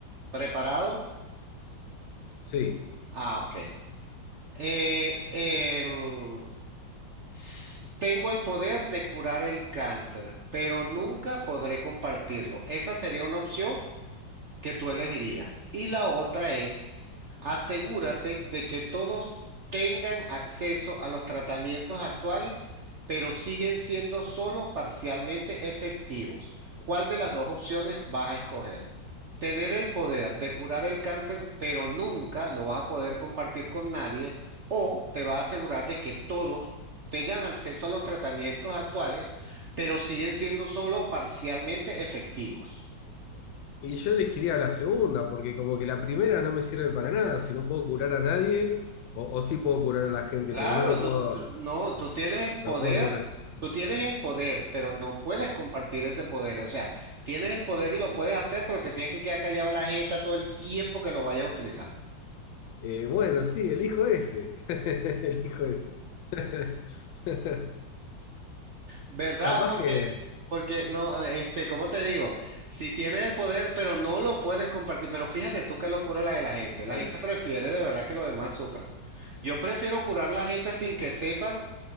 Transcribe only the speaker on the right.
¿Preparado?
Ah, ok. Eh, em, s- tengo el poder de curar el cáncer, pero nunca podré compartirlo. ¿Esa sería una opción? que tú elegirías. Y la otra es, asegúrate de que todos tengan acceso a los tratamientos actuales, pero siguen siendo solo parcialmente efectivos. ¿Cuál de las dos opciones vas a escoger? Tener el poder de curar el cáncer, pero nunca lo vas a poder compartir con nadie, o te vas a asegurar de que todos tengan acceso a los tratamientos actuales, pero siguen siendo solo parcialmente efectivos.
Claro,
tú,
tú- no, tú tienes el poder,
tú tienes el poder, pero no puedes compartir ese poder. O sea, tienes el poder y lo puedes hacer, pero te tienes que quedar callado la jeta todo el tiempo que lo vayas a utilizar.
¿Verdad?
Porque,
porque no, eh, este, ¿cómo te digo? Si tienes el poder, pero no lo puedes compartir. Pero fíjate tú qué locura la de la gente.
La gente prefiere de verdad que los demás sufran. Yo prefiero curar a la gente sin que sepan